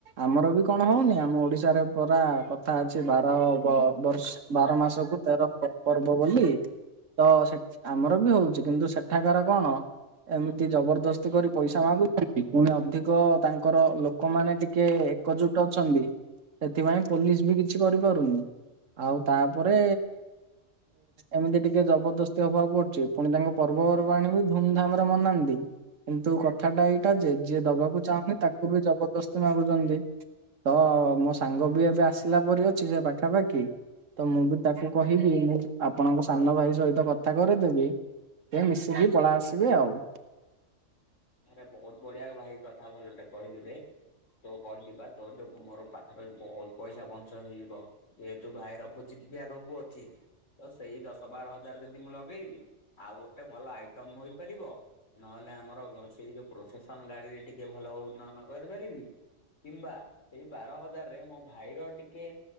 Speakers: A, on the right; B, on the left.
A: ଆମର ବି କଣ ହଉନି ଆମ ଓଡିଶାରେ ପରା କଥା ଅଛି ବାର ବ ବର୍ଷ ବାର ମାସକୁ ତେର ପ ପର୍ଵ ବୋଲି ତ ସେ ଆମର ବି ହଉଛି କିନ୍ତୁ ସେଠାକାର କଣ? ଏମିତି ଜବରଦସ୍ତି କରି ପଇସା ମାଗୁଛି ପୁଣି ଅଧିକ ତାଙ୍କର ଲୋକମାନେ ଟିକେ ଏକଜୁଟ ଅଛନ୍ତି। ସେଥିପାଇଁ ପୋଲିସ ବି କିଛି କରିପାରୁନି ଆଉ ତାପରେ ଏମିତି ଟିକେ ଜବଦସ୍ତି ହବାକୁ ପଡୁଚି। ପୁଣି ତାଙ୍କ ପର୍ବପର୍ବାଣି କୁ ଧୁମଧାମ ରେ ମନାନ୍ତି କିନ୍ତୁ କଥାଟା ଏଇ ଏଟା ଯେ ଯିଏ ଦବାକୁ ଚାହୁଁନି ତାକୁ ବି ଜବରଦସ୍ତି ମାଗୁଛନ୍ତି। ତ ମୋ ସାଙ୍ଗ ବି ଏବେ ଆସିଲା ପରି ଅଛି ସେ ପାଖାପାଖି ତ ମୁଁ ବି ତାକୁ କହିବି ମୁଁ ଆପଣଙ୍କ ସାନ ଭାଇ ସହିତ କଥା କରିଦେବି। ଏ ମିସିକି ପଳା ଆସିବେ ଆଉ।
B: ଆରେ ବହୁତ ବଢିଆ ଭାଇ କଥା ଭଲଟେ କହିଲୁ ରେ। ତୋ କହିଲି ବା ତୋ ଯୋଗୁ ମୋର ପାଖା ପାାଖି ବହୁତ ପଇସା ବଞ୍ଚ ହେଇଯିବ ଏ ତୁ ଭାଇର ଭୋଜି ବି ଆଗକୁ ଅଛି ତ ସେଇ ଦଶ ବାର ହଜାର ଯଦି ମୁଁ ଲଗେଇବି ଆଉ ଗୋଟେ ଭଲ ଆଇଟମ୍ ହୋଇପାରିବ ନହେଲେ ଆମର ସେଇ ଯୋଉ ପ୍ରସେସନ ଗାଡିରେ ଟିକେ ଭଲ ଉନ୍ନୟନ କରିପାରିବି କିମ୍ବା ଏହି ବାର ହଜାରରେ ମୋ ଭାଇର ଟିକେ